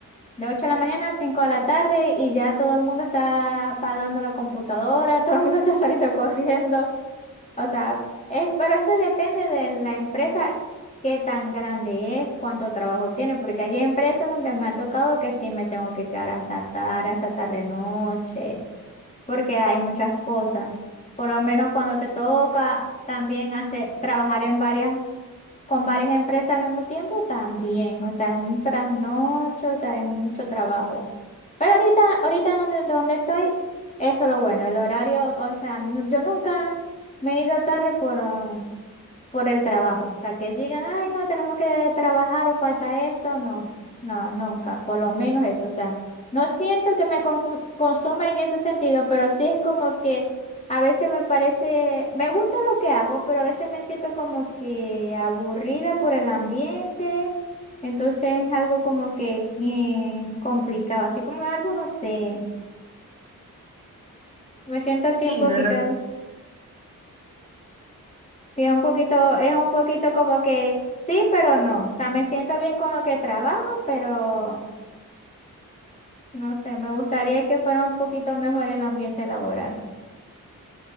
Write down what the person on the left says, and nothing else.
de 8 de la mañana a 5 de la tarde y ya todo el mundo está apagando la computadora, <laughs> todo el mundo está saliendo corriendo, o sea, es, pero eso depende de la empresa, qué tan grande es, cuánto trabajo tiene, porque hay empresas donde me ha tocado que sí me tengo que quedar hasta tarde, hasta tarde noche. porque hay muchas cosas. Por lo menos cuando te toca también hacer, trabajar en varias, con varias empresas al mismo tiempo, también. O sea, es un trasnocho, o sea, es mucho trabajo. Pero ahorita, ahorita donde, donde estoy, eso es lo bueno, el horario, o sea, nu- yo nunca me he ido tarde por, ah, por el trabajo. O sea, que digan, ay, no, tenemos que trabajar o falta esto. No, no, nunca, por lo menos eso. O sea, no siento que me confu- consuma en ese sentido, pero sí es como que a veces me parece, me gusta lo que hago, pero a veces me siento como que aburrida por el ambiente. Entonces es algo como que eh, complicado, así como algo, no sé, me siento
así un poquito.
Sí, es un poquito, es un poquito como que sí, pero no. O sea, me siento bien con lo que trabajo, pero no sé, me gustaría que fuera un poquito mejor el ambiente laboral.